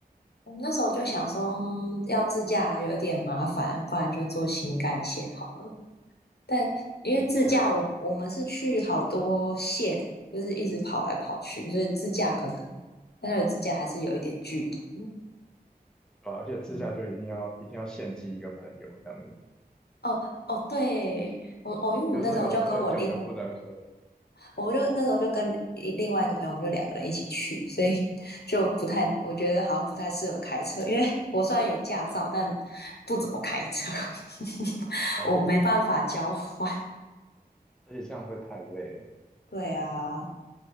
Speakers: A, on the left; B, in the centre.
A: 我们那时候就想说，嗯要自驾有点麻烦，不然就坐新干线好了。但因为自驾我，
B: 的确，
A: 我们是去好多县，就是一直跑来跑去，所以自驾可能，但那里自驾还是有一点距离。
B: 对啊而且自驾就一定要一定要献祭一个朋友这样子，
A: 嗯哦哦，对，我哦，因为我们那时候就跟我另，
B: 比如说有喝酒就不能喝。
A: 我就那时候就跟另另外一个朋友，我们就两个人一起去，所以就不太，我觉得好像不太适合开车，因为 <laughs> 我虽然有驾照，但不怎么开车，<laughs>
B: 哦，
A: 我没办法交换。
B: 而且这样会太累。
A: 对啊，